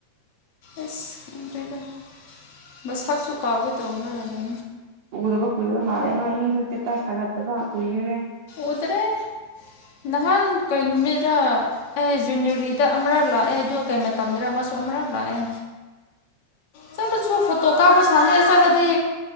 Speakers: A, on the left; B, on the right.
A: ꯑꯁ ꯈꯪꯗ꯭ꯔꯦꯗ ꯃꯁꯛꯁꯨ ꯀꯥꯎꯒꯦ ꯇꯧꯅꯔꯅꯦ
B: ꯎꯗꯕ ꯀꯣꯏꯔꯕ ꯃꯥꯜꯂꯦꯑ ꯅꯣꯏꯅꯤꯖꯨ ꯑꯤꯁꯇꯦ ꯇꯁ ꯊꯒꯠꯇꯌꯕ ꯀꯨꯏꯔꯦ
A: ꯎꯗ꯭ꯔꯦ ꯅꯍꯥꯟ ꯀꯩ ꯅꯨꯃꯤꯠꯔ ꯑꯩ ꯖꯨꯅꯔꯤꯗ ꯑꯃꯔꯛ ꯂꯥꯛꯑꯦ ꯑꯗꯨ ꯀꯩ ꯃꯇꯝꯗ꯭ꯔ ꯑꯃꯁꯨ ꯑꯃꯔꯛ ꯂꯥꯛꯑꯦ ꯆꯠꯂꯁꯨ ꯐꯣ ꯇꯣ ꯀꯥꯞꯄ ꯁꯡꯗꯦ ꯆꯠꯂꯗꯤ